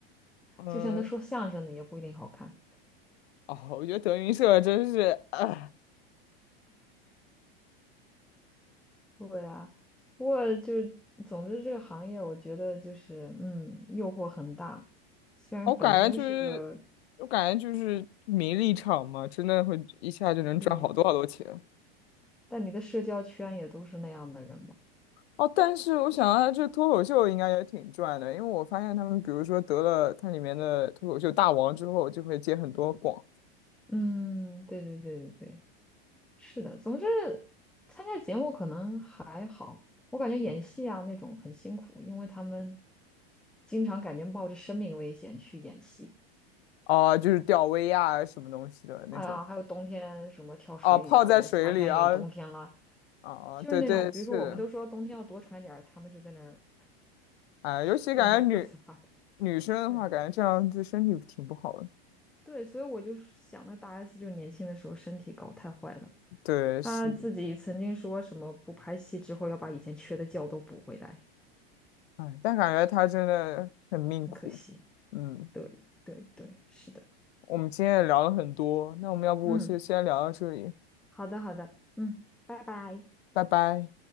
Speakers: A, on the left (about 90°); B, in the centre.
A: 嗯，
B: 就像他说相声的也不一定好看。
A: 哦，我觉得德云社真是，呃
B: 对啊，不过就是总之这个行业，我觉得就是嗯，诱惑很大，虽然本身是个
A: 我感觉就是，我感觉就是名利场嘛，真的会一下就能赚好多好多钱。
B: 对。但你的社交圈也都是那样的人嘛。
A: 哦，但是我想啊，这脱口秀应该也挺赚的，因为我发现他们，比如说得了它里面的脱口秀大王之后，就会接很多广，
B: 嗯，对对对对对，是的。总之，参加节目可能还好，我感觉演戏啊那种很辛苦，因为他们经常感觉冒着生命危险去演戏。
A: 啊，就是吊威亚啊什么东西的那种，
B: 哎呀，还有冬天什么跳水里了，
A: 哦、泡在水里啊，
B: 夏天演冬天了，
A: 啊、
B: 就是那种，
A: 对对，
B: 比如说我们都说冬天要多穿点儿，
A: 是的，
B: 他们就在那儿 <laughs>
A: 哎，尤其感觉
B: 冻得瑟瑟发抖。
A: 女女生的话，
B: 对
A: 感觉这样对身体挺不好的。
B: 对，所以我就想，那大 S 就年轻的时候身体搞太坏了。
A: 对，
B: 他自己曾经说什么不拍戏之后要把以前缺的觉都补回来，
A: 是的。哎，但感觉他真的很命苦。
B: 很可惜。
A: 嗯，
B: 对对对，是的，
A: 我们今天也聊了很多，那我们要不先先聊到这里，
B: 嗯，好的好的，嗯，拜拜。
A: 拜拜。